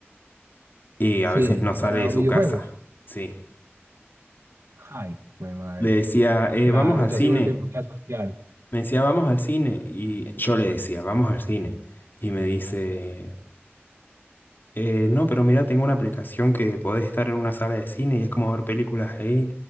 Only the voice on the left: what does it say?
Y a
veces no sale
de su
casa, sí.
Le decía, "Eh,
vamos al
cine.
Me decía, vamos al cine. Y yo le decía, vamos al cine. Y me dice, "Eh, no, pero mira, tengo una aplicación que podés estar en una sala de cine y es como ver películas ahí.